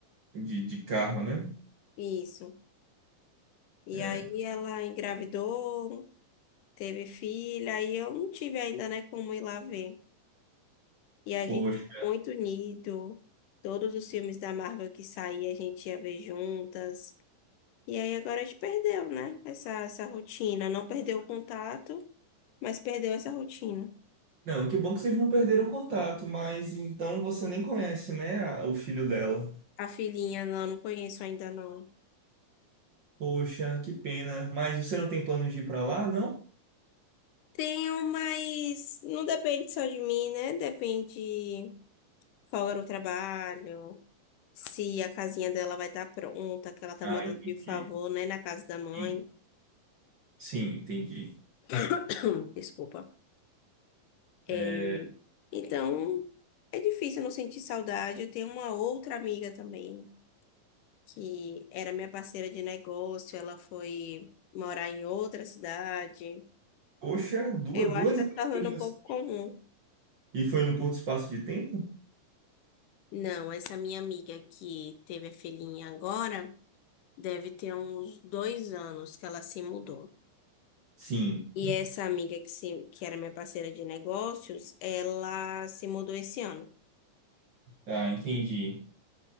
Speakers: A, on the right (about 50°); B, on the left (about 75°).
A: de, de carro, né?
B: Isso. E
A: É,
B: aí ela engravidou, teve filha, e eu não tive ainda, né, como ir lá ver. E a
A: poxa.
B: gente ficou muito unido. Todos os filmes da Marvel que saía, a gente ia ver juntas. E aí agora a gente perdeu, né? Essa, essa rotina. Não perdeu o contato, mas perdeu essa rotina.
A: Não, que bom que vocês não perderam contato, mas então você nem conhece, né, a- o filho dela.
B: A filhinha, não, não conheço ainda, não.
A: Poxa, que pena. Mas você não tem planos de ir pra lá, não?
B: Tenho, mas não depende só de mim, né? Depende. folga no trabalho, se a casinha dela vai estar pronta, que ela tá
A: Ah,
B: morando
A: entendi.
B: de favor, né, na casa da mãe.
A: Sim, Sim, entendi.
B: <clears throat> Desculpa. É,
A: É,
B: então, é difícil não sentir saudade. Eu tenho uma outra amiga também, que era minha parceira de negócio, ela foi morar em outra cidade.
A: Poxa, duas,
B: Eu
A: duas
B: acho que está se tornando
A: empresas.
B: um pouco comum.
A: E foi no curto espaço de tempo?
B: Não, essa minha amiga que teve a filhinha agora deve ter uns dois anos que ela se mudou.
A: Sim.
B: E essa amiga que, se, que era minha parceira de negócios, ela se mudou esse ano.
A: Ah, entendi.